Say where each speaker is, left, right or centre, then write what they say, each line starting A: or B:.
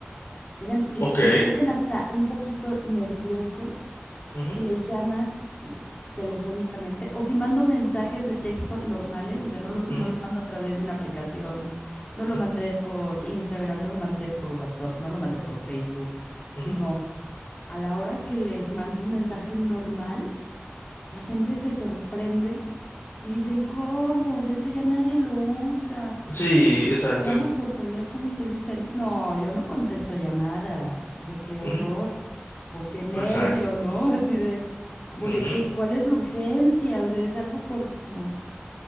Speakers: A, on the left; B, on the left.
A: O sea, le-
B: Ok.
A: se sienten hasta un poquito nerviosos
B: Ujú,
A: si les llamas de- telefónicamente o si mando mensajes de texto normales, o sea, no los, no
B: ujú,
A: lo mando a través de una aplicación, no lo
B: ujú,
A: mandé por Instagram, no lo mandé por WhatsApp, no lo mandé por Facebook,
B: ujú.
A: sino a la hora que les mando un mensaje normal, la gente se sorprende y dicen, ¿cómo? O sea, eso ya nadie lo usa.
B: Sí, exacto.
A: Llamas por teléfono y te dicen, no, yo no contesto llamadas. O sea, qué
B: Ujú,
A: horror. O qué nervio,
B: Exacto.
A: ¿no? <laughs> Así de, como
B: Ujú.
A: de qué, ¿cuál es la urgencia? O sea, es algo por como,